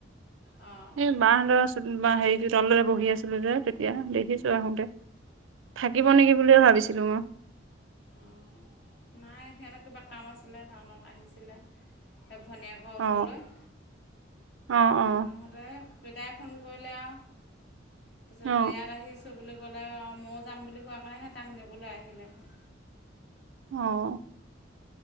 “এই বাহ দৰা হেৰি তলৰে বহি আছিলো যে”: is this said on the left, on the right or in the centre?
Right